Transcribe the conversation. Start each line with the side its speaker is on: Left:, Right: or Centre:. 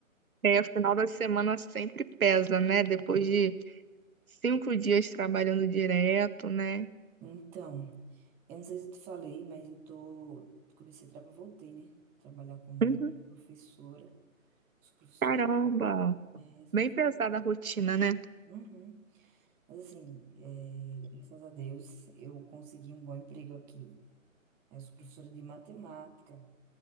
Right: é, final da semana sempre pesa, né? Depois de cinco dias trabalhando direto, né?
Centre: Então, eu não sei se eu te falei, mas eu tô. Comecei a trabalhar, voltei, né? Trabalhar como
Right: Uhum,
Centre: professora. Sou professora.
Right: Caramba,
Centre: É, sou
Right: bem
Centre: professora.
Right: pesada a rotina, né?
Centre: Uhum. Mas assim, é, graças a Deus, eu consegui um bom emprego aqui. Eu sou professora de matemática.